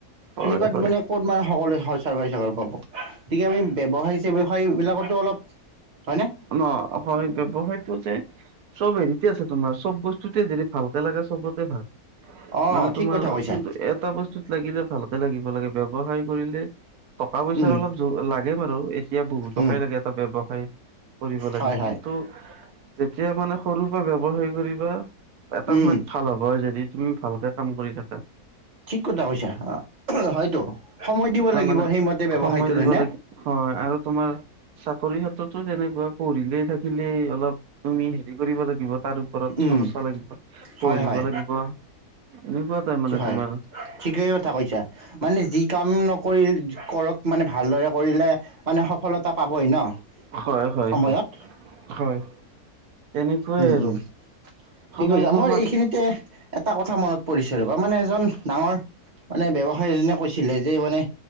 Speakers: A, on the right; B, on the right.
A: তেনেকুৱাত
B: হয় হয়
A: মানে ক'ত মানে সকলোৱে চৰকাৰ চাককাৰী চাকৰি পাব। গতিকে, আমি ব্যৱসায় চেব্যৱসায় বিলাকতো অলপ হয়নে?
B: নহয় ব্যৱসায়টো যে চ'ব হেৰিতে আছে তোমাৰ চ'ব বস্তু যদি ভাল লাগা চবতে ভাল।
A: অ'
B: মানে
A: ঠিক
B: তোমাৰ
A: কথা কৈছা।
B: কিন্তু এটা বস্তুত লাগিলে ভালকে লাগিব লাগে। ব্যৱসায় কৰিলে টকা পইচাৰ
A: উম,
B: অলপ যোৰ লাগে বাৰু। এতিয়া বহুটকাই
A: উম,
B: লাগে এটা ব্যৱসায় কৰিব লাগিলে।
A: হয়, হয়,
B: কিন্তু, যেতিয়া মানে সৰুৰে পৰা ব্যৱসায় কৰিবা এটা
A: উম,
B: সময়ত
A: উম,
B: ভাল হ'ব। যদি তুমি ভালকে কাম কৰি থাকা।
A: ঠিক কথা কৈছা। অ' হয়তো সময় দিব
B: তাৰমানে
A: লাগিব সেইমতে। ব্যৱসায়টোত
B: সময় দিব
A: হয়নে?
B: লাগে হয় আৰু তোমাৰ চাকৰি ক্ষেত্ৰতো তেনেকুৱা পঢ়িলে থাকিলে অলপ তুমি হেৰি কৰিব লাগিব, তাৰ ওপৰত
A: উম,
B: চৰ্চা লাগিব,
A: হয়,
B: পঢ়িব
A: হয়,
B: লাগিব। এনেকুৱা তাৰ মানে
A: হয়,
B: তোমাৰ
A: ঠিকেই কথা কৈছা মানে যি কামে কাম নকৰি কৰক মানে ভালদৰে কৰিলে মানে সফলতা পাবই ন
B: হয়, হয়,
A: সময়ত।
B: হয় তেনেকুৱাই
A: উম,
B: আৰু
A: উম। ঠিক
B: সময়বোৰ
A: কৈছা, মই
B: মান
A: এইখিনিতে এটা কথা মনত পৰিছে ৰব মানে এজন ডাঙৰ মানে ব্য্ৱসায় এজনে কৈছিলে যে যে মানে